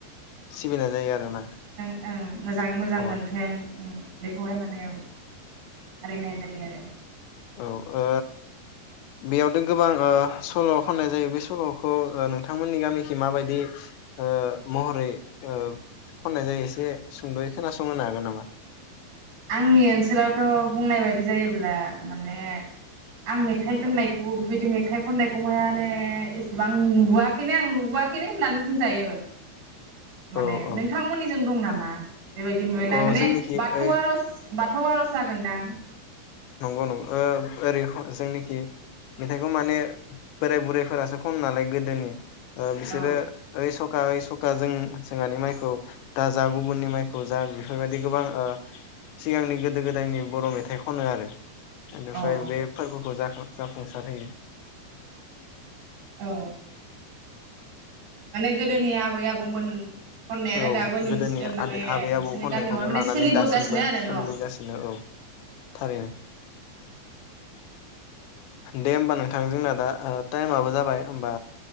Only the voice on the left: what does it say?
सिबिनाय जायो आरोना
औ
औ औ बेयावनो गोबां ओ सल' खननाय जायो बे सल'खौ ओ नोंथांमोननि गामिखै माबायदि ओ महरै ओ खननाय जायो एसे सुंद'यै खोनासंहोनो हागोन नामा?
औ औ
औ
जोंनिखि
ओइ
नंगौ नंगौ ओ ओरै जोंनिखि मेथाइखौ माने बोराय बुरैफोरासो खनो नालाय गोदोनि ओ बिसोरो
ओइ सखा ओइ स सखा जों जोंहानि माइखौ दा जा गुबुननि माइखौ जा बेफोरबायदि गोबां ओ सिगांनि गोदो गोदायनि बर' मेथाइखौ खनो‌ आरो बेनिफ्राय
बे फोरबोखौ जाखो जाफुंसार होयो
औ
गोदोनि
आबै
आबौ खननायखौनो
लानानै
दासिमबो
सोलिबोगासिनो
औ थारैनो दे होमबा नोंथां जोंना दा टाइमाबो जाबाय होमबा